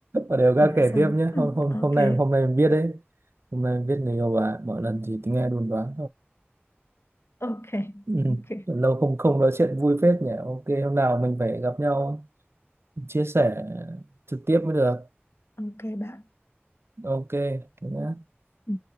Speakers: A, on the right; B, on the left.
A: ở đều ra
B: để lần
A: kể
B: sau
A: tiếp nhé
B: ừ,
A: hôm hôm
B: ok
A: hôm nay hôm nay mình biết đấy hôm nay mình biết người yêu bà mỗi lần thì tính nghe đồn đoán
B: ok
A: Ừ.
B: ok
A: Lâu không không nói chuyện vui phết nhỉ. Ok, hôm nào mình phải gặp nhau chia sẻ trực tiếp mới được.
B: ok bạn
A: Ok, thế nhá.
B: ừ.